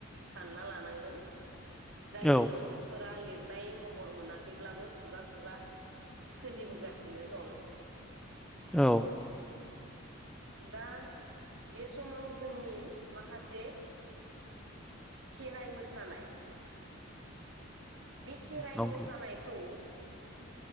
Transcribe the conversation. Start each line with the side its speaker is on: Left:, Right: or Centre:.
Right: सानना लानांगोन। जाय
Centre: औ
Right: सल'फोरा लिर नाय महर मोनाखैब्लाबो खुगा खुगा सोलिबोगासिनो दं।
Centre: औ
Right: दा बे समाव जोंनि माखासे खेराइ मोसानाय बे खेराइ
Centre: नंगौ
Right: मोसानायखौ